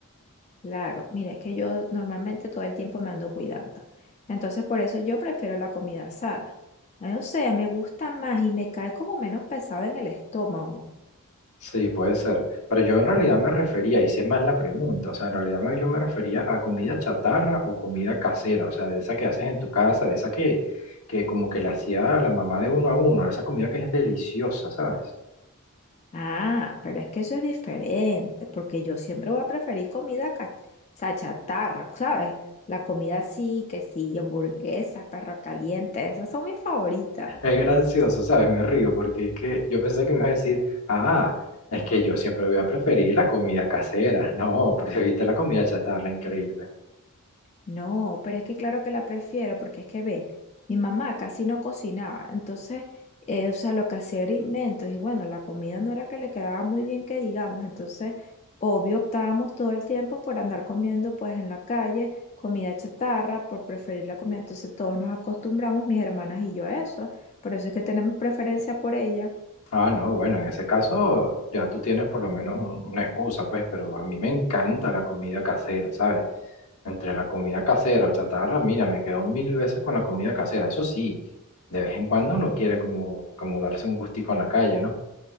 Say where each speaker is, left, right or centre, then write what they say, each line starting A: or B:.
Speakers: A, on the left; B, on the left.
A: Claro, mira, es que yo normalmente todo el tiempo me ando cuidando. Entonces, por eso yo prefiero la comida sana. Eh, O sea, me gusta más y me cae como menos pesado en el estómago.
B: Sí, puede ser. Pero yo en realidad me refería, hice mal la pregunta, o sea, en realidad me- yo me refería a comida chatarra o comida casera, o sea, de esa que haces en tu casa, de esa que, que como que la hacía la mamá de uno a uno, esa comida que es deliciosa, ¿sabes?
A: Ah, pero es que eso es diferente, porque yo siempre voy a preferir comida, ca- o sea, chatarra, ¿sabes? La comida sí, que sí, hamburguesas, perro caliente, esas son mis favoritas.
B: Es gracioso, ¿sabes? Me río porque es que yo pensé que me ibas a decir, ah, es que yo siempre voy a preferir la comida casera. <laughs> No, preferiste la comida chatarra, increíble.
A: No, pero es que claro que la prefiero porque es que ve, mi mamá casi no cocinaba, entonces, eh, o sea, lo que hacía era inventos y bueno, la comida no era que le quedaba muy bien que digamos, entonces, obvio, optábamos todo el tiempo por andar comiendo pues en la calle, comida chatarra, por preferir la comida, entonces todos nos acostumbramos, mis hermanas y yo a eso, por eso es que tenemos preferencia por ella.
B: Ah, no, bueno, en ese caso ya tú tienes por lo menos un- una excusa, pues, pero a mí me encanta la comida casera, ¿sabes? Entre la comida casera o chatarra, mira, me quedo mil veces con la comida casera. Eso sí, de vez en cuando uno quiere como, como darse un gustico en la calle, ¿no?